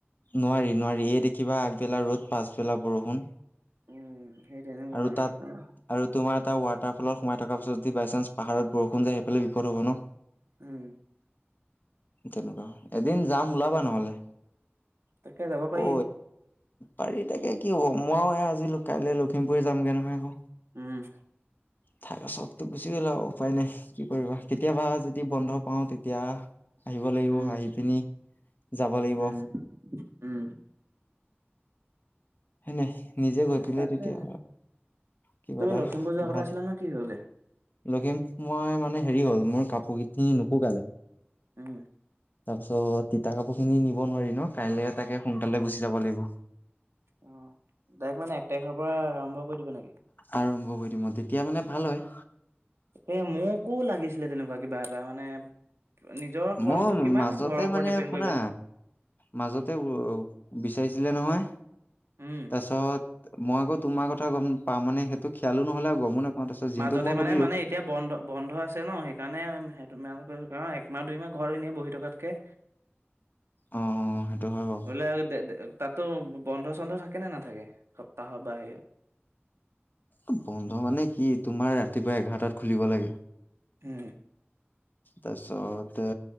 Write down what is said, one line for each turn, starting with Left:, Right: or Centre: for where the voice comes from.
Left: নোৱাৰি- নোৱাৰি এই দেখিবা আগবেলা ৰ'দ পাছবেলা বৰষুণ।
Right: উম সেই তেনেকুৱা
Left: আৰু
Right: মানে
Left: তাত
Right: সেইকাৰণে
Left: আৰু তোমাৰ এটা ৱাটাৰফলত সোমাই থকা পিছত যদি বাই চান্স পাহাৰত বৰষুণ দিয়ে সেইফালে বিপদ হ'ব ন।
Right: উম।
Left: তেনেকুৱা, এদিন যাম ওলাবা নহ'লে।
Right: তাকে যাব পাৰি।
Left: অ পাৰি তাকে কি হ'ব মই এইয়া আজি ল কাইলে লখিমপুৰে যামগে নহয় আকৌ।
Right: উম।
Left: থাকা চবতো গুচি গ'ল আৰু উপায় নাই কি কৰিবা কেতিয়াবা যদি বন্ধ পাও তেতিয়া আহিব লাগিব
Right: উম,
Left: আহি পিনি যাব লাগিব।
Right: উম, উম,
Left: হয় নাই নিজে ঘটিলে
Right: তাকে
Left: তেতিয়া। কিবা
Right: তুমি
Left: এটা
Right: লখিমপুৰ যোৱা
Left: ভাল
Right: কথা আছিলা ন কি হ'ল গে।
Left: লখিম মই মানে হেৰি হ'ল মোৰ কাপোৰ কেইখিনি নুশুকালে। তাৰ
Right: উম,
Left: পিছত তিতা কাপোৰ খিনি নিব নোৱাৰি ন কাইলৈ তাকে সোনকালে গুচি যাব লাগিব।
Right: অহ, ডাইৰেক্ট মানে এক তাৰিখৰ পৰা আৰম্ভ কৰি দিবা নেকি?
Left: আৰম্ভ কৰি দিম মই তেতিয়া মানে ভাল হয়।
Right: এ মোকো লাগিছিলে তেনেকুৱা কিবা এটা মানে নিজৰ খৰচটো
Left: মই
Right: কিমাননো
Left: মাজতে
Right: ঘৰৰ ওপৰত
Left: মানে
Right: ডিপেণ্ড
Left: শুনা।
Right: কৰিবা।
Left: মাজতে ও বিচাৰিছিলে নহয়
Right: উম।
Left: তাৰপিছত মই আকৌ তোমাৰ কথা গম নাপাওঁ মানে সেইটো খেয়ালো নহ'লে। গমো নাপাওঁ তাৰপিছত জিন্তুক
Right: মাজতে
Left: মই
Right: মানে
Left: সুধিলো
Right: মানে এতিয়া বন্ধ - বন্ধ আছে ন সেইকাৰণে সে তোমালোকৰ একমাহ দুই মাহ ঘৰত এনেই বহি থকাত কে
Left: অহ - অহ সেইটো হয় বাৰু
Right: হ'লে তে - তে তাত তো বন্ধ চন্ধ থাকে নে নাথাকে সপ্তাহত বা হেৰিহত।
Left: এহ বন্ধ মানে কি তোমাৰ ৰাতিপুৱা এঘাৰটাত খুলিব লাগে।
Right: উম,
Left: তাৰপিছতে